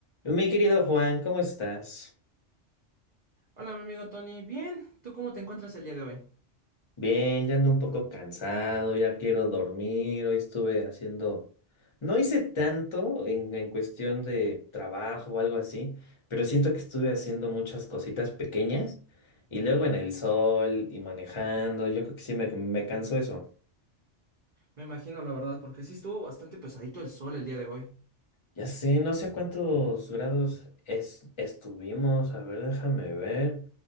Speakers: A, on the left; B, on the right.
A: Mi querido Juan, ¿cómo estás?
B: Hola, mi amigo Tony. Bien, ¿tú cómo te encuentras el día de hoy?
A: Bien, ya ando un poco cansado, ya quiero dormir. Hoy estuve haciendo... No hice tanto en, en cuestión de trabajo o algo así, pero siento que estuve haciendo muchas cositas pequeñas y luego en el sol y manejando. Yo creo que sí me, me cansó eso.
B: Me imagino, la verdad, porque sí estuvo bastante pesadito el sol el día de hoy.
A: Ya sé, no sé a cuántos grados es, estuvimos. A ver, déjame ver.